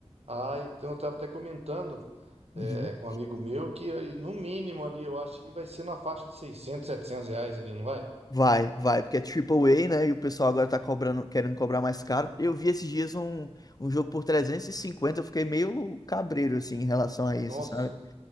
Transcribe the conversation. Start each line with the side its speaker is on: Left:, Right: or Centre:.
Right: Ah, então eu estava até comentando
Left: Uhum.
Right: é, com um amigo meu que aí, no mínimo ali eu acho que vai ser na faixa de 600, 700 reais ali, não vai?
Left: Vai, vai, porque é triple A, né? E o pessoal agora tá cobrando, querendo cobrar mais caro. Eu vi esses dias um, um jogo por 350, eu fiquei meio cabreiro, assim, em relação a isso,
Right: Nossa,
Left: sabe?